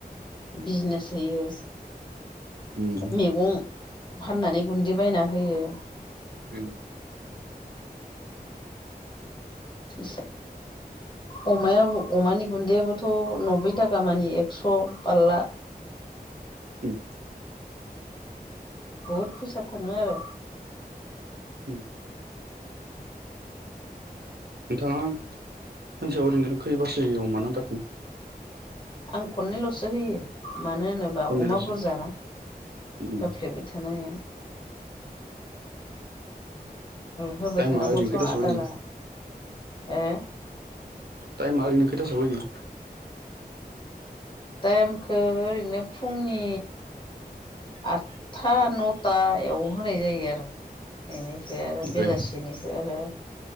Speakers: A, on the left; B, on the right.
A: बिजनेस होयो
B: उम
A: मैगं फाननानै गुन्दै बायना होयो
B: द
A: बिस अमायाबो अमानि गुन्दैाबोथ' नब्बै थाखा मानि एकस' बारला
B: उ
A: बहुद फैसा थाङो आरो
B: उ नोंथाङा सानसेयाव ओरैनो खै बासो अ मा दार
A: आं खननैल'सो होयो मानो होनोबा
B: खननैल'सो
A: अमा बुरजा ना
B: उम
A: होफ्लेबाय थानाय हा होबाय
B: टाइमा
A: थानांगौथ'
B: ओरैनो खैथासोआव
A: आदारा
B: होयो
A: हो
B: टाइमा ओरै खथासो होैयो
A: टाइमखौो ओरैनो फुंनि आठथा नथाव होनाय जायो आरो बेनिफ्राय आरो
B: ओमफ्राय
A: बेलासिनिखौ आरो